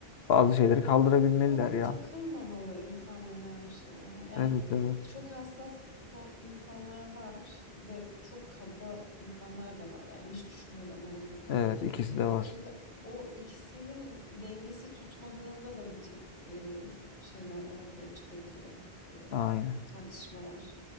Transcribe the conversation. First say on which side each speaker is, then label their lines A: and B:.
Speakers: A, on the left; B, on the left.
A: bazı şeyleri kaldırabilmeliler
B: Çok
A: ya.
B: takılmamalı insanlar her şeye. ya. Yani
A: Evet evet.
B: çok hassas ko- insanlar var ve çok kaba insanlar da var. Yani hiç düşünmeden hareket eden.
A: Evet ikisi de var.
B: Şimdi o ikisinin dengesi tutmadığında da bu tip e, şeyler ortaya çıkabiliyor. E,
A: Aynen.
B: tartışmalar.